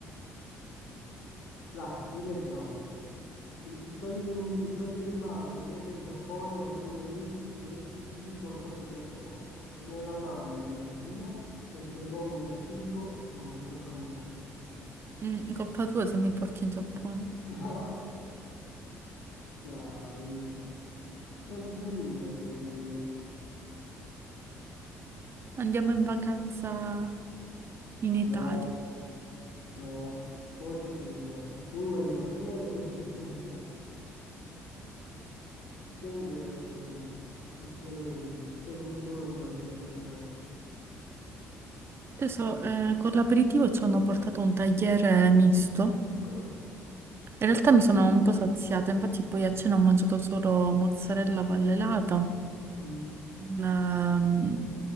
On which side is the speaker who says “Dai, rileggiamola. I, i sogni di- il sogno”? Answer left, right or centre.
Left